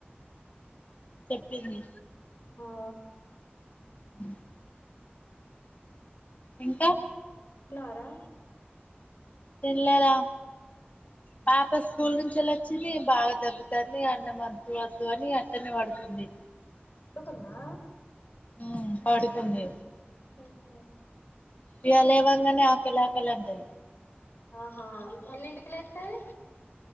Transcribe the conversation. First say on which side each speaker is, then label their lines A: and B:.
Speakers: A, on the left; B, on the left.
A: చెప్పంది
B: ఆ
A: అ ఇంకా
B: తిన్నారా
A: తిల్లరా పాప స్కూల్ నుంచి వెళ్ళి వచ్చింది బాగా తగ్గుతుంది అన్నం వద్దు వద్దు అని అంటని పడుకుంది
B: పడుకుందా
A: ఉమ్ పడుకుంది
B: మ్మ్ హ్మ్
A: ఇ్యలవంగానే ఆకలి ఆకలి అంటది
B: ఆహా ఎన్ని ఇంటికి లేస్తాది